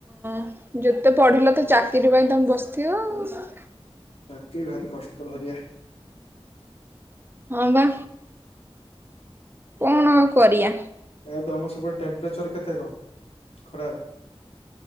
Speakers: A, on the right; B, on the left.
A: ହଁ ଯେତେ ପଢିଲ ତ ଚାକିରି ପାଇଁ ତମେ ବସିଥିବ ଆଉ।
B: ଚାକିର ଭାରି କଷ୍ଟ ଭରିଆ।
A: ହଁ ବା। କଣ ଆଉ କରିଆ?
B: ଏ ତମ ସେପଟ ଟେମ୍ପରେଚର କେତେ କଣ ଖରାର?